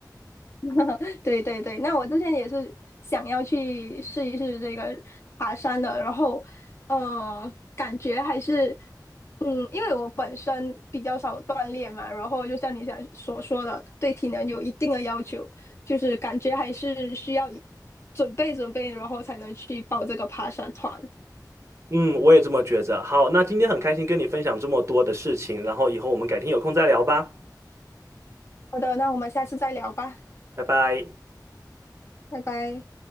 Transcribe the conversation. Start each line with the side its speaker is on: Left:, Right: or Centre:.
Left: <laughs> 对对对，那我之前也是想要去试一试这个爬山的，然后呃，感觉还是嗯，因为我本身比较少锻炼嘛，然后就像你想所说的，对体能有一定的要求，就是感觉还是需要准备准备，然后才能去报这个爬山团。
Right: 嗯，我也这么觉着。好，那今天很开心跟你分享这么多的事情，然后以后我们改天有空再聊吧，
Left: 好的，那我们下次再聊吧，
Right: 拜拜。
Left: 拜拜。